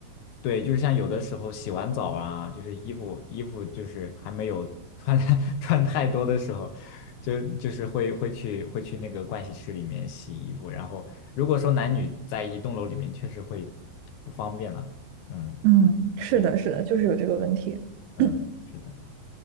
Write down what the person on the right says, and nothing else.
嗯，是的，
是的，就是有这个问题。
<clears throat>